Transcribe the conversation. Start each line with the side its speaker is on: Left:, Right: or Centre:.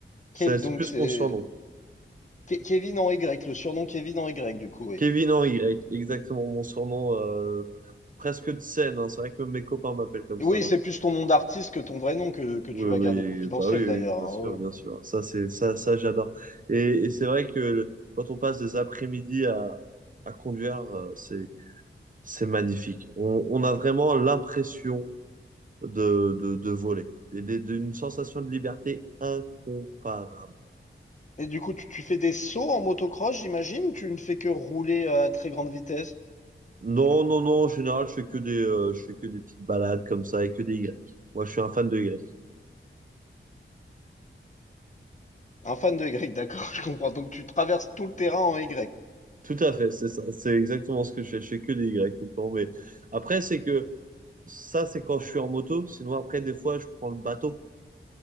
Right: Ça,
Left: quel-
Right: C'est
Left: Donc,
Right: plus
Left: c'est
Right: mon surnom.
Left: Ke- Kevin en Y, le surnom Kevin en Y, du coup, oui.
Right: Kevin en Y, exactement mon surnom, euh, presque de scène, hein. C'est vrai que même mes copains m'appellent comme
Left: Oui,
Right: ça maintenant.
Left: c'est plus ton nom d'artiste que ton vrai nom que, que
Right: Oui,
Left: tu vas
Right: oui,
Left: garder confidentiel
Right: bah oui,
Left: d'ailleurs.
Right: oui, bien
Left: hein,
Right: sûr,
Left: ouais.
Right: bien
Left: ouais.
Right: sûr. Ça, c'est ça, ça, j'adore. Et, et c'est vrai que le- quand on passe des après-midi à, à conduire, euh, c'est c'est magnifique. On, on a vraiment l'impression de, de, de voler et des- d'une sensation de liberté incomparable.
Left: Et du coup, tu, tu fais des sauts en motocross, j'imagine, ou tu ne fais que rouler à très grande vitesse?
Right: Non, non, non. En général, je fais que des, euh, je fais que des petites balades comme ça et que des Y. Moi, je suis un fan de Y.
Left: Un fan de Y, d'accord, <laughs> je comprends. Donc tu traverses tout le terrain en Y.
Right: Tout à fait, c'est ça. C'est exactement ce que je fais. Je fais que des Y tout le temps. Mais après, c'est que Ça, c'est quand je suis en moto. Sinon, après, des fois, je prends le bateau.